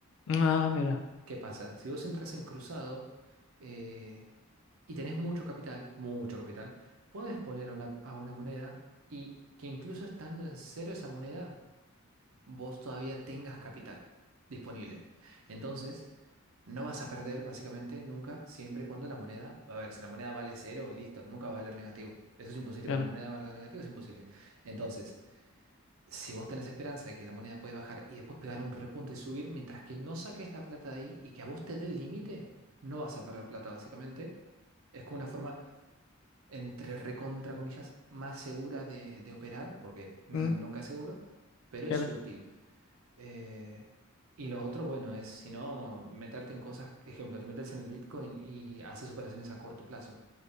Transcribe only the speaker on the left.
Ah, mira,
claro.
Mm,
claro,